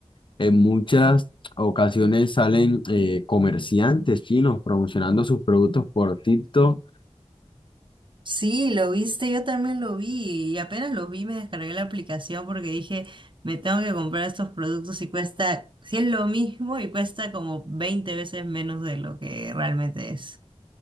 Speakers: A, on the left; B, on the right.
A: en muchas ocasiones salen eh, comerciantes chinos promocionando sus productos por TikTok
B: Sí, lo viste, yo también lo vi y apenas lo vi me descargué la aplicación porque dije, me tengo que comprar estos productos y cuesta, si es lo mismo y cuesta como 20 veces menos de lo que realmente es.